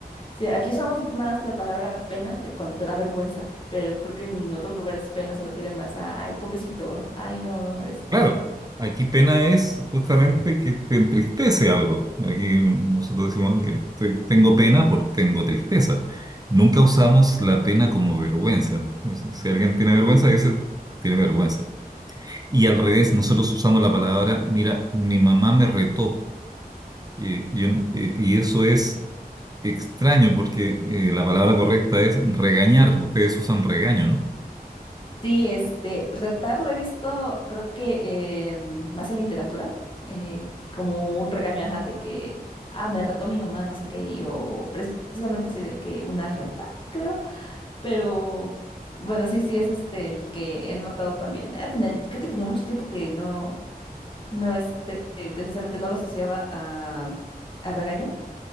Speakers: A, on the left (about 30°); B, on the right (about 25°).
A: sí, aquí usamos más la palabra pena de cuando te da vergüenza, pero creo que en otros lugares pena se refiere más a, ay, pobrecito, ay, no, este,
B: Claro, aquí pena es justamente que te entristece algo. Aquí nosotros decimos que estoy- tengo pena por tengo tristeza. Nunca usamos la pena como vergüenza. O sea, Si alguien tiene vergüenza, dice tiene vergüenza. Y al revés, nosotros usamos la palabra, mira, mi mamá me retó. Y, y un- y- y eso es extraño porque eh, la palabra correcta es regañar. Ustedes usan regaño, ¿no?
A: Sí, este, retar lo he visto, creo que en- más en literatura, eh, como un regaño, ajá, de que, ah, me retó mi mamá, no sé qué, y- o precisamente sí, de que una reta, creo, pero bueno, sí, sí, es este el que he notado también. Ah, tenía- creo que tenía mucho tiempo que no, no, este, precisamente no lo asociaba a, a regaño,